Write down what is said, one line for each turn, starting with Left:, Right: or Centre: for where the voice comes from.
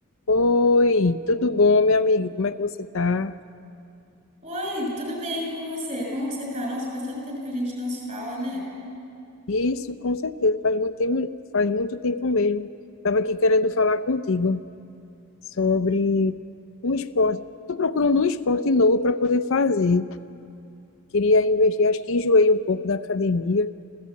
Left: Oi, tudo bom, minha amiga? Como é que você tá?
Right: Oi, tudo bem com você? Como que você tá? Nossa, faz tanto tempo que a gente não se fala, né?
Left: Isso, com certeza, faz muito tempo, faz muito tempo mesmo. Estava aqui querendo falar contigo sobre um esporte. Estou procurando um esporte novo para poder fazer. Queria investir, acho que enjoei um pouco da academia